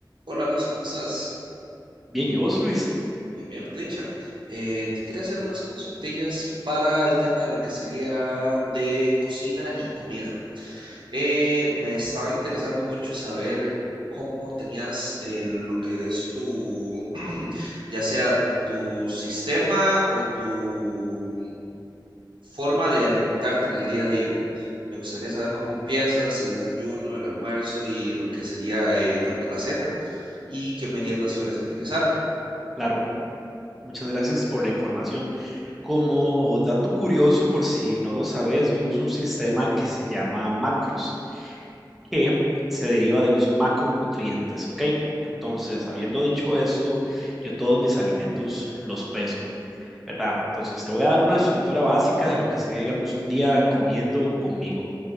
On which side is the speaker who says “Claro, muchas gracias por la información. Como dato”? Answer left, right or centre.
Centre